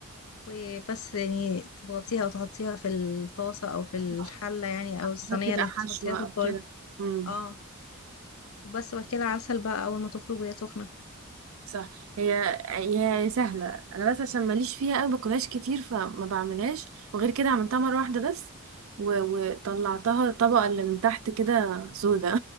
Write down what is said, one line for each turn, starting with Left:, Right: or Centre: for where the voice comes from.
Left: وبس يعني تضغطيها وتحطيها في الطاسة أو في الحلة
Right: صح.
Left: يعني
Right: احط
Left: أو الصينية
Right: بقى
Left: اللي
Right: حشوه
Left: هتحطيها في
Right: او
Left: الفرن
Right: كده امم
Left: اه وبس وبعد كده عسل بقى أول ما تخرج وهي سخنة
Right: صح هي هي سهله انا بس عشان ماليش فيها قوي باكلهاش كتير فما بعملهاش وغير كده عملتها مره واحده بس و... وطلعتها الطبقه اللي من تحت كده سودا